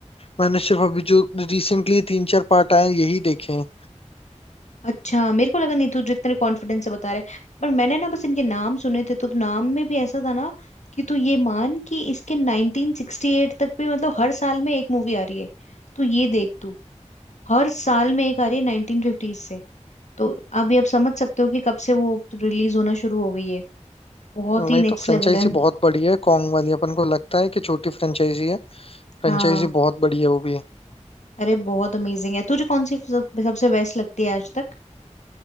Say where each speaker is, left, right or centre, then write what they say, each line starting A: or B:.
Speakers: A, on the left (about 50°); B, on the left (about 70°).
A: मैंने सिर्फ अभी जो रिसेंटली तीन चार पार्ट आए हैं, यही देखे हैं
B: अच्छा मेरे को लगा नहीं तू जितने कॉन्फिडेंस से बता रहा है पर मैंने ना बस इनके नाम सुने थे तो नाम में भी ऐसा था ना कि तू ये मान कि इसके 1968 तक भी मतलब हर साल में एक मूवी आ रही है तो ये देख तू हर साल में एक आ रही है 1950 से तो अब ये आप समझ सकते हो कि कब से वो रिलीज होना शुरू हो गई है बहुत
A: वही
B: ही नेक्स्ट
A: तो फ्रेंचाइजी
B: लेवल है
A: बहुत बड़ी है कॉन्ग वाली अपन को लगता है कि छोटी फ्रेंचाइजी है फ्रेंचाइजी
B: हाँ
A: बहुत बड़ी है वो भी
B: अरे बहुत अमेजिंग है तुझे कौन सी सब- सबसे बेस्ट लगती है आज तक